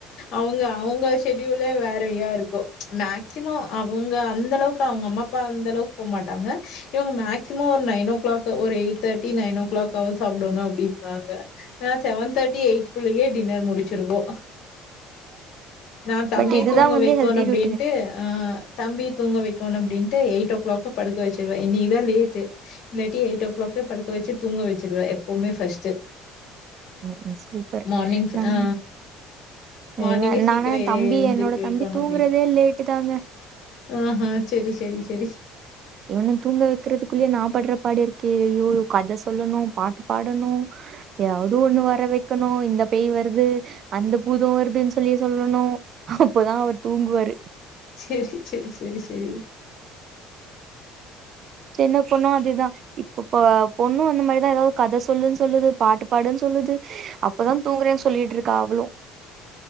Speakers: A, on the left; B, on the right.
A: அவங்க அவங்க செடியூலே வேறயா இருக்கு மேக்சிமம் அவங்க அந்த அளவுக்கு அவங்க அம்மா அப்பா அந்தளவுக்கு போ மாட்டாங்க இவங்க மேக்சிமம் ஒரு நைன் ஓ கிளாக் ஒரு eight thirty nine o'clock காவது சாப்டணு அப்டிப்பாங்க நா செவன் தேர்ட்டி எயிடு குள்ளேயே டின்னர் முடிச்சிருவோ நா தம்பி
B: பட் இதுதா
A: தூங்க
B: வந்து
A: வைக்குனு
B: ஹெல்தி
A: அப்படின்ட்டு
B: ரொட்டீன்
A: ஆ தம்பி தூங்க வைக்கணு அப்டின்ட்டு எயிட் ஓ கிளாக் படுக்க வச்சிருவே இன்னைக்குதா லேட்டு இல்லாட்டி எயிட் ஓ கிளாக்கே படுக்க வச்சி தூங்க வச்சிருவே எப்பவுமே ஃபஸ்ட்
B: ஆ சூப்பர்,
A: மார்னிங்
B: ம்
A: ஆ மார்னிங்கே
B: ஏன்னா
A: சீக்கிரம்
B: நானா என் தம்பி
A: எழுந்திரிக்க
B: என்னோட
A: வைக்கோணும்
B: தம்பி தூங்குறதே லேட்டு தாங்க
A: ஆஹ சேரி சேரி சேரி
B: இவன தூங்க வைக்கிறதுக்குள்ளயே நா படுற பாடு இருக்கே ஐயோ கத சொல்லணு பாட்டு பாடணு ஏதாவது ஒண்ணு வர வைக்கணு இந்த பேய் வருது அந்த பூதம் வருதுன்னு சொல்லி சொல்லணு அப்போதா அவரு தூங்குவாரு
A: சேரி சேரி சேரி சேரி
B: சின்ன பொண்னு அதேதா இப்ப இப்ப பொண்ணு வந்த மாரிதா ஏதாவது கத சொல்லுன்னு சொல்லுது பாட்டு பாடுன்னு சொல்லுது அப்பதா தூங்குறேன்னு சொல்லிட்டு இருக்கா அவளும்